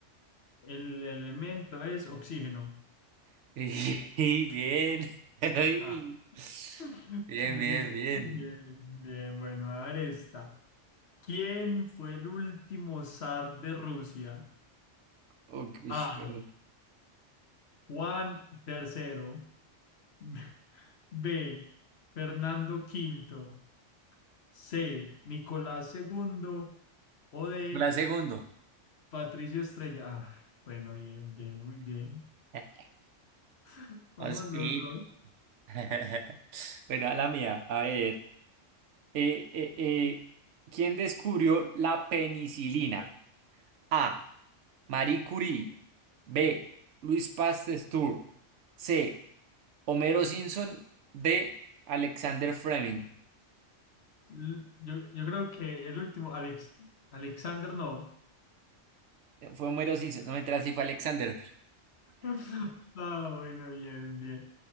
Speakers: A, on the left; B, on the right.
A: El elemento es oxígeno.
B: <laughs> Y bien. <laughs> Ay,
A: Ah, <laughs>
B: Bien,
A: dis-
B: bien, bien.
A: bien, bien, bueno, a ver esta. ¿Quién fue el último zar de Rusia?
B: Ok,
A: A.
B: bueno,
A: Juan III. <laughs> B. Fernando V. C. Nicolás II. O D.
B: La segundo.
A: Patricio Estrella. Ah, bueno, bien, bien, muy bien.
B: <laughs>
A: <laughs> Vamos
B: Más pila.
A: dos, dos.
B: <laughs> Bueno, a la mía, a ver. Eh, eh, eh, ¿quién descubrió la penicilina? A. Marie Curie. B. Louis Pasteur. C. Homero Simpson. D. Alexander Fleming.
A: L- Yo, yo creo que el último, Alex, Alexander no.
B: Fue Homero Simpson. No me enteras si fue Alexander.
A: <laughs> Ah, bueno, bien, bien.